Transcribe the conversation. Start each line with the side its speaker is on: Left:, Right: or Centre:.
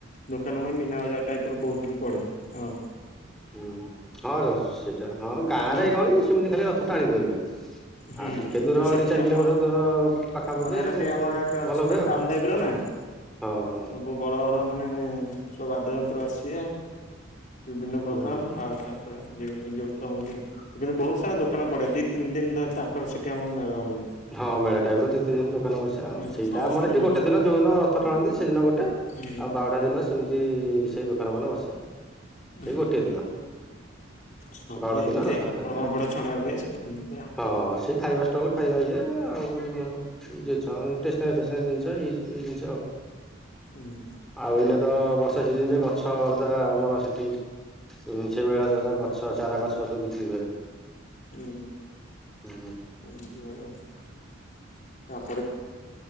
Left: ଦୋକାନ ହୁଏ ମୀନା ବଜାର ଟାଇପ୍ର ବହୁତ ବି ପଡ଼େ ହ।
Centre: ହୁଁ ହଁ ରହ ସେଇଟା ହଁ ଗାଁ
Left: ଉଁ
Centre: ରେ କଣ କି ସେମିତି ଖାଲି ରଥ ଟାଣି ଦିଅନ୍ତି।
Left: ହୁଁ
Centre: ଆଉ ଟିକେ
Left: କିନ୍ତୁ
Centre: ଦୂର
Left: ସେଠି
Centre: ଦି ଚାରି
Left: ଆମର
Centre: କିଲୋମିଟର ଦୂର ପାଖାପାଖି
Left: ମାନେ ଏଇଟା ଟିକେ ଆମର ଏଠି ଅଛି
Centre: ଭଲ
Left: ନା
Centre: ହୁଏ ଆଉ।
Left: ଟାଉନ ଟାଇପ ର ନା
Centre: ହଁ ହଉ।
Left: ସବୁ ବଡ ବଡ ମାନେ ସବୁ ବାଦ୍ୟ ଯନ୍ତ୍ର ଆସେ ବିଭିନ୍ନ ପ୍ରକାର
Centre: ହୁଁ
Left: ଆଉ ତା। ଯୋଉ ତ ହଉ କିନ୍ତୁ ବହୁତ ସାରା ଦୋକାନ ପଡେ ଦି। ତିନି ଦିନ ଧରି ତାଙ୍କର ସେଠି ଆମ ମେଳ ହୁଏ।
Centre: ହଁ ମେଳା ଟାଇପ ର ଦିଇ ତିନ ଦିନ ଦୋକାନ ବସେ ଆଉ
Left: ହୁଁ
Centre: ସେଇଟା
Left: ସବୁ
Centre: ଆର
Left: ସ୍ତ୍ରୀ
Centre: ଏଠି
Left: ଲୋକ
Centre: ଗୋଟ ଦିନ ଯୋଉଦିନ ରଥ ଟାଣନ୍ତି ସେଦିନ ଗୋଟେ।
Left: ହୁଁ।
Centre: ତା ଦିନ ସେମିତି ସେଇ ଦୋକାନ ଫୋକାନ ବସେ ସେଇ
Left: ହୁଁ
Centre: ଗୋଟିଏ ଦିନ।
Left: ସବୁ
Centre: ଗଡ
Left: ଏମିତି
Centre: ଦିନ ରଥଯାତ୍ରା
Left: ପାମ୍ପଡ
Centre: ହୁଏ
Left: ଫାମ୍ପଡ ଛଣା ହୁଏ ସବୁ ଏମିତି ଆଉ।
Centre: ହଁ ସେଇ ଖାଇବା। ଷ୍ଟଲ୍ ଖାଇବା ଇଏ ଆଉ ଝିଅ ଛୁଆ ଙ୍କର ଷ୍ଟେସନାରୀ ଫେସନାରୀ ଜିନିଷ ଏଇ। ଏଇ ଜିନିଷ ଆଉ।
Left: ଇମା।
Centre: ଆଉ ଏଇନା ତ ବର୍ଷା ସିଜିନ ଯେ ଗଛ ଯା ଆମର ସେଠି ଦୁରୁଛିଆ ମେଳା ହେଲା ଗଛ ଚାରା ଗଛ ସବୁ ବିକ୍ରି ହୁଏ।
Left: ହୁଁ
Centre: ହୁଁ
Left: ହୁଁ <unintelligible> ତାପରେ।